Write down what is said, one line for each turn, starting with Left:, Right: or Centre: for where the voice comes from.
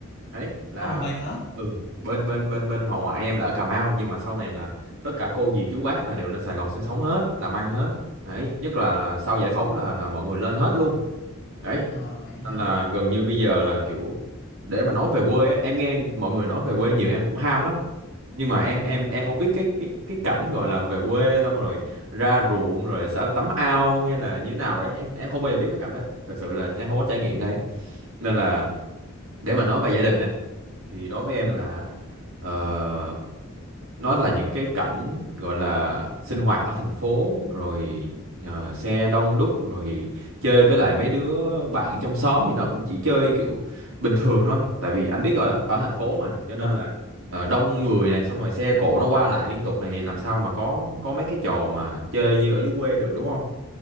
Right: Đấy là
Left: ồ vậy hả
Right: ừ, bên bên bên bên họ ngoại em là ở Cà Mau nhưng mà sau này là tất cả cô dì chú bác là đều lên Sài Gòn sinh sống hết, làm ăn hết. Đấy, nhất là là sau giải phóng là là mọi người lên hết luôn. Đấy,
Left: ờ vậy hả
Right: nên là gần như bây giờ là kiểu để mà nói về quê á, em nghe mọi người nói về quê nhiều em cũng ham lắm nhưng mà em
Left: ừ
Right: em em không biết cái cái cái cảnh gọi là về quê xong rồi ra ruộng rồi sao tắm ao hay là như thế nào đấy em em không bao giờ biết mấy cảnh đấy thật sự là em không có trải nghiệm đấy nên là để mà nói về gia đình đấy thì đối với em
Left: ừ
Right: là ờ, nó là những cái cảnh gọi là sinh hoạt ở thành phố rồi ờ, xe đông đúc rồi chơi với lại mấy đứa bạn trong xóm thì nó cũng chỉ chơi kiểu bình thường thôi tại vì anh biết rồi đó ở thành phố mà cho nên
Left: À.
Right: là ờ, đông người này xong rồi xe cộ nó qua lại liên tục này thì làm sao mà có có mấy cái trò mà chơi như ở dưới quê được đúng không